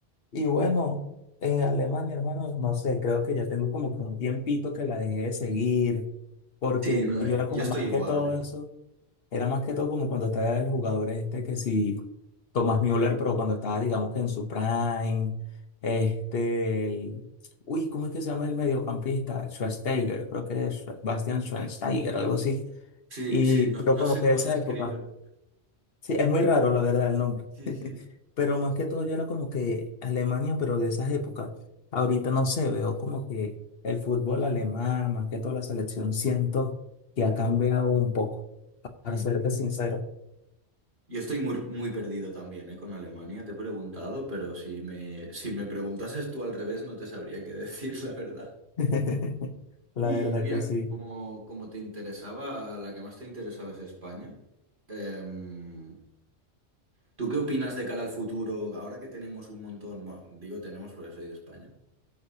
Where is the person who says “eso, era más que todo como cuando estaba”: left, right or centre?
Left